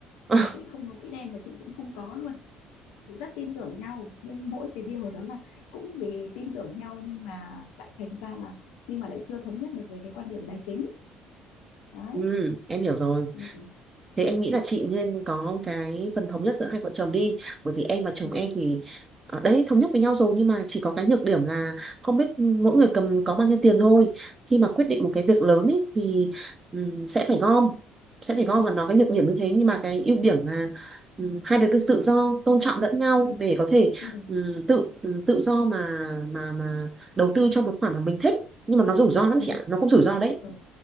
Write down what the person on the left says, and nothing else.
chồng chị không có quỹ đen mà chị cũng không có luôn bọn chị rất tin tưởng nhau nhưng mỗi cái điều đó là cũng vì tin tưởng nhau nhưng mà lại thành ra là nhưng mà lại chưa thống nhất được về cái quan điểm tài chính đấy
ừ.
Ừ.
Ừ.
Ừ.
Ừ.
Ừ.
Ừ.
Ừ.